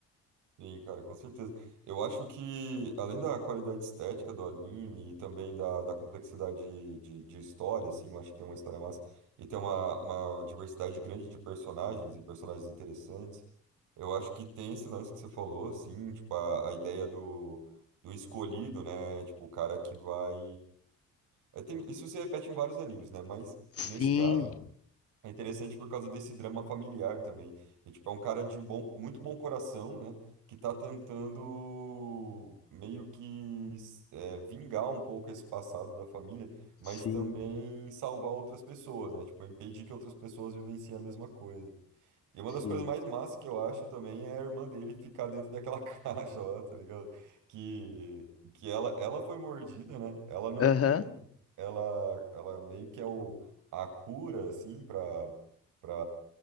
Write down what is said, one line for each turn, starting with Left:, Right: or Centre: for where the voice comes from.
Right: Sim, cara, com certeza. Eu acho que, além da qualidade estética do anime e também da, da complexidade de, de história, assim, eu acho que tem uma história massa e tem uma, uma diversidade grande de personagens e personagens interessantes. Eu acho que tem esse lance que você falou, assim, tipo, a, a ideia do, do escolhido, né? Tipo, o cara que vai. É, tem, isso se repete em vários animes, né? Mas, nesse
Left: Sim,
Right: caso. É interessante por causa desse drama familiar também. E, tipo, é um cara de bom, muito bom coração, né? Que tá tentando meio que é, vingar um pouco esse passado da família, mas
Left: sim,
Right: também salvar outras pessoas, né? Tipo, impedir que outras pessoas vivenciem a mesma coisa. E uma
Left: sim.
Right: das coisas mais massas que eu acho também é a irmã dele ficar dentro daquela <laughs> caixa lá, tá ligado? Que, que ela, ela foi mordida, né? Ela não.
Left: Aham.
Right: Ela, ela meio que é o, a cura, assim, pra, pra,